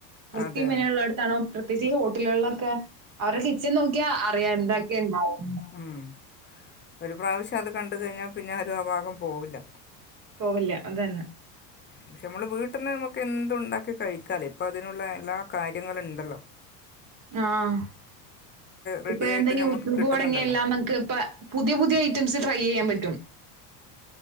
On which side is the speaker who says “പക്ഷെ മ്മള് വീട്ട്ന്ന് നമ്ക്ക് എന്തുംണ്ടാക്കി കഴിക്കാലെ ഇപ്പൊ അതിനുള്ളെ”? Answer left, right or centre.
Left